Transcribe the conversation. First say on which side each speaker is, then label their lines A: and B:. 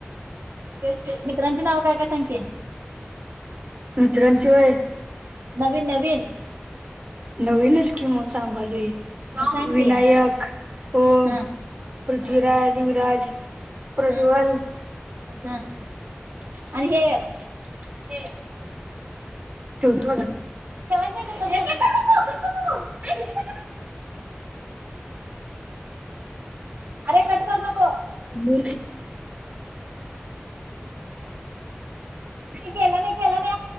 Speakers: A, on the right; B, on the right.
A: कि मित्रांचे नाव काय काय सांगतीया.
B: मत्रांची वय.
A: नवीन नवीन
B: नवीनच किम म सांग
A: मग सांग
B: विनायक
A: की.
B: ओम.
A: हं
B: पृथ्वीराज
A: हं
B: विराज प्रज्वल.
A: हं
B: हे
A: हं आणि हे एक
B: हे. ठेवतो आता. <unintelligible>
A: ठेवायचं नाही ते कट करू नको.
B: अरे
A: कट
B: क
A: करू नको.
B: मू <unintelligible>
A: <unintelligible>